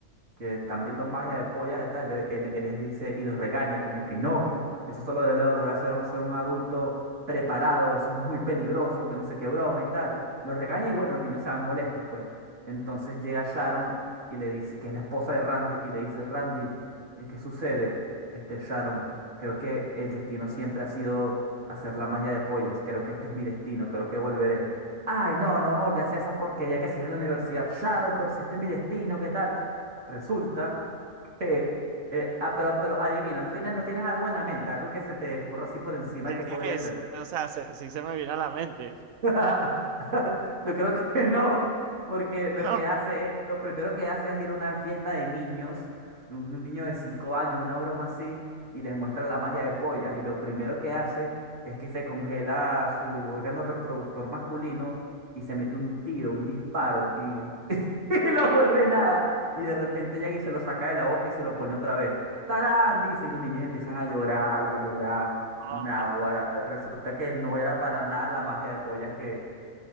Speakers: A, on the right (about 55°); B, on the right (about 70°).
A: que están viendo magia de pollas, estas, él, él- él les dice y los regaña como que no, eso solo de leo debe hacer un, ser un adulto preparado, eso es muy peligroso, que no sé qué broma y tal. Los regaña y bueno, los niños se van molestos, pues. Entonces llega Sharon y le dice que es la esposa de Randy y le dice, Randy, eh, ¿qué sucede? Este Sharon, creo que el destino siempre ha sido hacer la magia de pollas, creo que este es mi destino, creo que volveré. Ay, no, no vas a volver a hacer esa porquería que hacías en la universidad. Sharon, pero si este es mi destino, ¿qué tal? Resulta que... eh, ah, pero, pero adivina, ¿no tienes, no tienes algo en la mente? Algo que se te ocurra así por encima
B: Sí,
A: que podría ser.
B: sí, o sea, se- sí se me vino a la mente.
A: <laughs> Yo creo que no, porque
B: No.
A: lo que
B: no,
A: hace, es- lo primero que hace es ir a una fiesta de niños, un niño de 5 años, una broma así, y les muestra la magia de pollas. Y lo primero que hace es que se congela su órgano reproductor masculino y se mete un tiro, un disparo, y <laughs> y lo vuelve nada. Y de repente llega y se lo saca de la boca y se lo pone otra vez. ¡Tarán! Dice, y los niños empiezan a llorar y a llorar.
B: no,
A: Naguará, resulta que no era para nada la magia de pollas que,